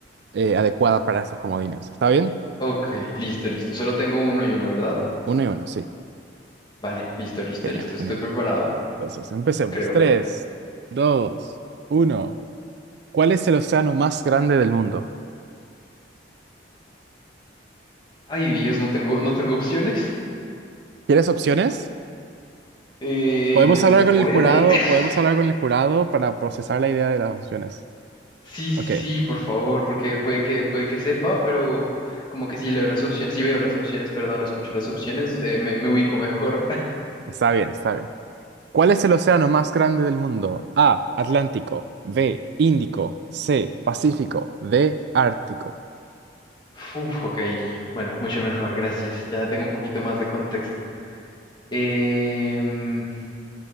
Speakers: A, on the right; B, on the left.
A: eh, adecuada para esos comodines. ¿Está bien?
B: ok, listo, listo. Solo tengo uno y uno, ¿verdad?
A: Uno y uno, sí.
B: Vale, listo, listo,
A: Genial,
B: listo,
A: genial.
B: estoy preparado.
A: Entonces, empecemos.
B: creo.
A: Tres, dos, uno. ¿Cuál es el océano más grande del mundo?
B: Ay, Dios, no tengo, no tengo opciones.
A: ¿Quieres opciones?
B: Eh,
A: Podemos hablar
B: ¿se
A: con
B: puede?
A: el jurado,
B: <laughs>
A: podemos hablar con el jurado para procesar la idea de las opciones.
B: Sí, sí,
A: Ok,
B: sí, por favor, porque puede que, puede que sepa, pero como que si leo las opciones, si veo las opciones, perdón, no escucho las opciones, eh, me, me ubico mejor. <laughs>
A: está bien, está bien. ¿Cuál es el océano más grande del mundo? A, Atlántico, B, Índico, C, Pacífico, D, Ártico.
B: Uf, ok, bueno, mucho mejor, gracias. Ya tengo un poquito más de contexto. Em,